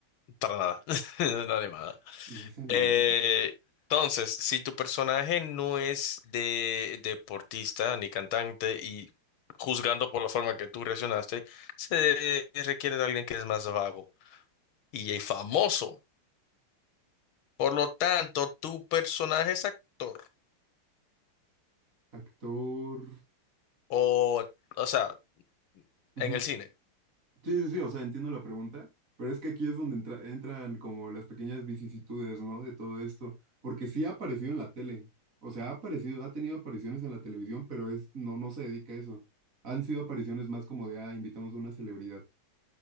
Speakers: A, on the left; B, on the right.
A: para nada. <laughs> No, animada.
B: No es animada.
A: Eh, entonces, si tu personaje no es de deportista ni cantante y juzgando por la forma que tú reaccionaste, se requiere de alguien que es más vago y es famoso. Por lo tanto, tu personaje es actor
B: Actor.
A: o, o sea,
B: Ujú.
A: en el cine.
B: Sí, sí, sí, o sea, entiendo la pregunta, pero es que aquí es donde entra- entran como las pequeñas vicisitudes, ¿no? De todo esto, porque sí ha aparecido en la tele, o sea, ha aparecido, ha tenido apariciones en la televisión, pero es, no, no se dedica a eso. Han sido apariciones más como de, ah, invitamos a una celebridad,